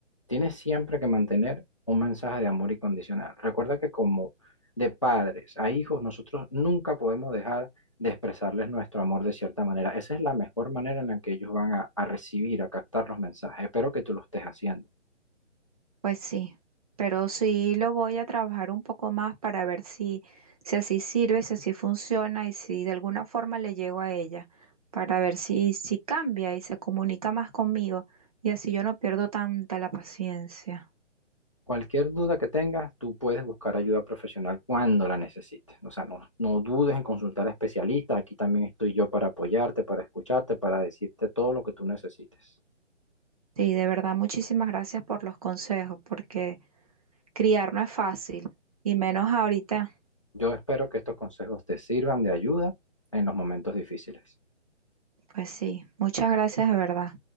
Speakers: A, on the left; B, on the right.
A: Tienes siempre que mantener un mensaje de amor incondicional. Recuerda que como de padres a hijos, nosotros nunca podemos dejar de expresarles nuestro amor de cierta manera. Esa es la mejor manera en la que ellos van a, a recibir, a captar los mensajes. Espero que tú lo estés haciendo.
B: Pues sí, pero sí lo voy a trabajar un poco más para ver si, si así sirve, si así funciona y si de alguna forma le llego a ella, para ver si, si cambia y se comunica más conmigo y así yo no pierdo tanta la paciencia.
A: Cualquier duda que tengas, tú puedes buscar ayuda profesional cuando la necesites. O sea, no, no dudes en consultar a especialistas. Aquí también estoy yo para apoyarte, para escucharte, para decirte todo lo que tú necesites.
B: Sí, de verdad, muchísimas gracias por los consejos, porque criar no es fácil y menos ahorita.
A: Yo espero que estos consejos te sirvan de ayuda en los momentos difíciles.
B: Pues sí, muchas gracias de verdad.